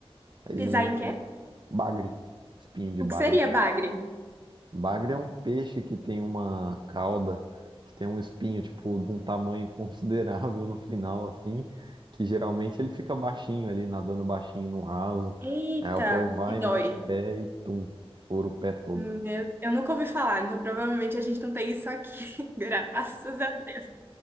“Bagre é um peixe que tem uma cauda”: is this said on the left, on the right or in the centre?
Right